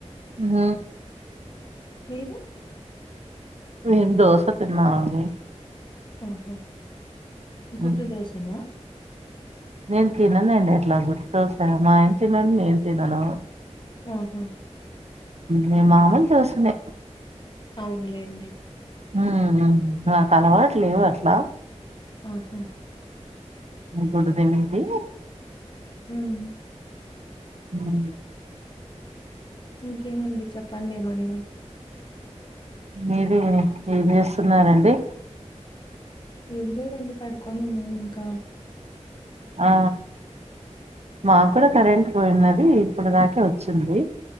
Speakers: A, on the right; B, on the left.
A: హ్మ
B: మీరు
A: నేను దోస తినానండి
B: హ్మ గుడ్డు
A: ఉమ్,
B: దోశన
A: నేను తిననుండి ఎట్లా గుర్తుకొస్తా మా ఆయన తినడు నేను తినను
B: మ్మ్ హ్మ్
A: మేము మామూలు దోశలే
B: అవునులేండి
A: ఉ మాకు అలవాటు లేవు అట్లా
B: హ్మ
A: గుడ్ ది అనేది
B: మ్మ్
A: మ్మ్
B: ఇంకేమండి చెప్పండి ఏమన్నా
A: మీర ఏం చేస్తున్నారంండి
B: ఏం లేదండి పడుకొని ఉన్నాను ఇంకా
A: ఆ మా కూడా కరెంట్ పోయినది ఇప్పుడు దాకే వచ్చింది